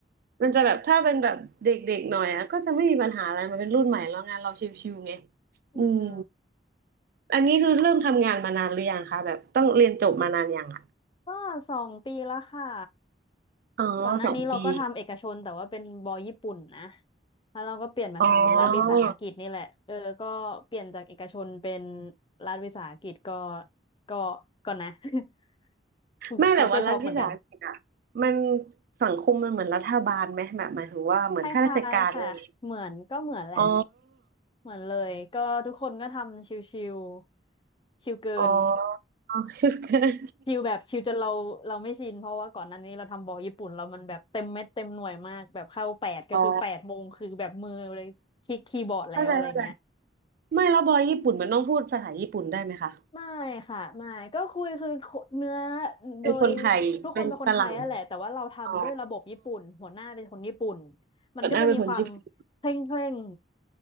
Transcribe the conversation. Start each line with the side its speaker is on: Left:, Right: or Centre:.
Right: มันจะแบบถ้าเป็นแบบเด็กๆหน่อยอ่ะก็จะไม่มีปัญหาอะไรมันเป็นรุ่นใหม่แล้วงานเราชิวๆไง
Left: อืม
Right: อืมอันนี้คือเริ่มทำงานมานานหรือยังคะแบบต้องเรียนจบมานานยังอ่ะ
Left: ก็สองปีแล้วค่ะ
Right: อ๋อสองปี
Left: ก่อนหน้านี้เราก็ทำเอกชนแต่ว่าเป็นบอญี่ปุ่นนะแล้วเราก็เปลี่ยนมาทำรัฐวิสาหกิจนี่แหละ
Right: อ๋อ
Left: เออก็เปลี่ยนจากเอกชนเป็นรัฐวิสาหกิจก็ก็ก็นะ <laughs>
Right: แม่แต่ว่ารัฐวิสาหกิจอ่ะมัน
Left: เขาเจอช็อกเหมือนกัน
Right: สังคมมันเหมือนรัฐบาลไหมแบบหมายถึงว่าเหมือนข้าราชการอะไรอย่างเงี้ย
Left: คล้ายๆค่ะเหมือนก็เหมือนแหละ
Right: อ๋อ
Left: เหมือนเลยก็ทุกคนก็ทำชิวๆชิวเกิน
Right: อ๋อ <laughs> อ๋อคือกัน
Left: ชิลแบบชิลจนเราเราไม่ชินเพราะว่าก่อนหน้านี้เราทำบอลญี่ปุ่นเรามันแบบเต็มเม็ดเต็มหน่วยมากแบบเข้าแปดก็คือแปดโมงคือแบบมือเลยคลิกคีย์บอร์ดแล้วอะไรเงี้ย
Right: อ๋อเข้าใจเข้าใจไม่แล้วบอยญี่ปุ่นมันต้องพูดภาษาญี่ปุ่นได้ไหมคะ
Left: ไม่ค่ะไม่ก็คุยคือเนื้อ
Right: เป็นคนไทยเป็นฝรั่ง
Left: โดยทุกคนเป็นคนไทยนั่นแหละแต่ว่าเราทำด้วยระบบญี่ปุ่นหัวหน้าเป็นคนญี่ปุ่น
Right: อ๋อ
Left: มันก็จะมีความ
Right: เ่อนหน้าเป็นคนญี่ปุ่น
Left: เคร่งเคร่ง